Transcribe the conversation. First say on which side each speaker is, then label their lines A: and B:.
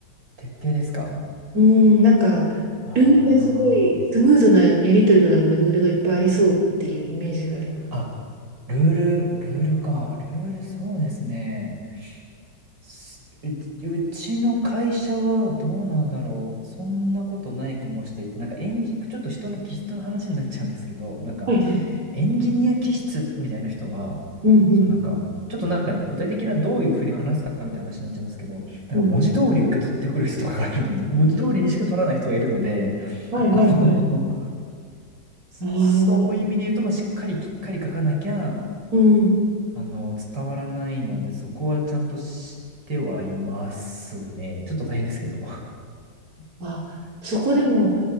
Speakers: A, on the right; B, on the right.
A: 徹底ですか
B: うん、なんか、
A: あ
B: ルールがすごい、
A: あー。
B: スムーズなやり取りのためのルールがいっぱいありそうっていうイメージがあります。
A: あ、ルール、ルールか。ルール、そうですね。すう、うちの会社はどうなんだろう。そんなことない気もしていて、なんか演じ、ちょっと人の気質の話になっちゃうんですけど、なんか、
B: はいはい。
A: エンジニア気質みたいな人は、
B: うんう
A: そのなんか、ちょっとなんか具体的などういうふうに話すかみたいな話になっちゃいますけど、なんか文字通り受け取ってくる人とかがいるので、
B: ん。うん。
A: 文字通りにしか取らない人がいるので、
B: はいはいはい。
A: あの、そ
B: ああ。
A: <laughs> そういう意味で言うと、まあ、しっかりきっかり書かなきゃ、
B: うん。
A: あの、伝わらないので、そこはちゃんと知ってはいますね。ちょっと大変ですけど。
B: あ、そこでも、